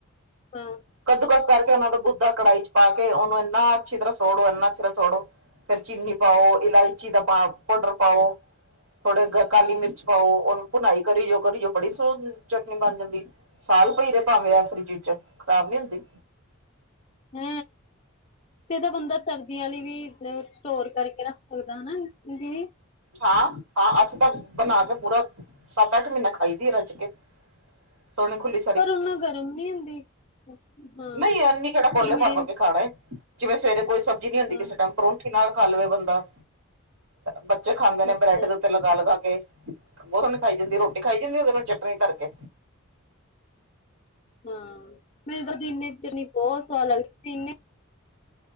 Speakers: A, on the left; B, on the right.
A: ਹੁ-
B: ਕੱਦੂਕਸ ਕਰਕੇ ਉਹਨਾ ਦਾ ਗੁੱਦਾ ਕੜਾਈ 'ਚ ਪਾ ਕੇ ਉਹਨੂੰ ਏਨਾ ਅੱਛੀ ਤਰ੍ਹਾਂ ਸੋੜੋ ਏਨਾ ਅੱਛੀ ਤਰ੍ਹਾਂ ਸੋੜੋ- ਫੇਰ ਚੀਨੀ ਪਾਓ ਇਲਾਈ- ਚੀ ਦਾ ਪਾ ਪੋਡਰ ਪਾੳ ਥੋੜੇ ਗ ਕਾਲੀ ਮਿਰਚ ਪਾਓ ਉਹਨੂੰ- ਭੁਨਾਈ ਕਰੀ ਜਾਓ ਕਰੀ ਜਾਓ ਬੜੀ ਸੋਹਨ ਚਟਨੀ ਬਨ ਜਾਂਦੀ- ਸਾਲ ਪਈ ਰੇ ਭਾਵੇਂ ਇਹ ਫਰਿਜ ਚ ਖਰਾਬ ਨੀ ਹੁੰਦੀ।
A: ਹੁ। ਫਿ ਤਾਂ ਬੰਦਾ ਸਰਦੀਆਂ ਵੀ ਸਟੋਰ ਕਰਕੇ ਰੱਖ ਸਕਦਾ ਹਨਾ ਦੀ।
B: ਹਾਂ ਹਾਂ ਅਸੀਂ ਤਾਂ ਬਨਾ ਕੇ ਪੂਰਾ ਸੱਤ ਅੱਠ ਮਹੀਨਾ ਖਾਈ ਦੀ ਏ ਰਜ ਕੇ। ਸੋਨੀ ਖੁਲੀ
A: ਪਰ ਉਹ ਨਾਲ ਗਰਮ ਨੀ ਹੁੰਦੀ। ਹਾਂ
B: ਨਹੀਂ ਐਨੀ ਕਿਹੜਾ ਕੋਲੇ
A: ਪਰ ਮੇਨ
B: ਭਰ ਭਰ ਕੇ ਖਾਣੇ ਜਿਵੇਂ ਸਵੇਰੇ ਕੋਈ ਸਬਜ਼ੀ ਨੀ ਹੁੰਦੀ
A: ਹਾਂ
B: ਕਿਸੇ ਟਾਈਮ। ਪਰੋਂਠੀ ਨਾਲ ਖਾ ਲਵੇ ਬੰਦਾ ਬੱਚੇ ਖਾਂਦੇ ਨੇ
A: ਅੱਛਾ
B: ਬ੍ਰੈਡ ਦੇ ਉੱਤੇ ਲਾ ਲਗਾ ਲੱਗਾ ਕੇ ਬਹੁ ਸੋਨੀ ਖਾਈ ਜਾਂਦੀ ਰੋਟੀ ਖਾਈ ਜਾਂਦੀ ਉਹਦੇ ਨਾਲ ਚਟਨੀ ਧਰ ਕੇ।
A: ਹਾਂ ਮੇਰੇ ਤਾਂ ਪ <unintelligible> ਦੀਨੇ ਦੀ ਚਨੀ ਬਹੁਤ ਸਵਾਦ ਲੱਗਦੀ ਤਨੇ।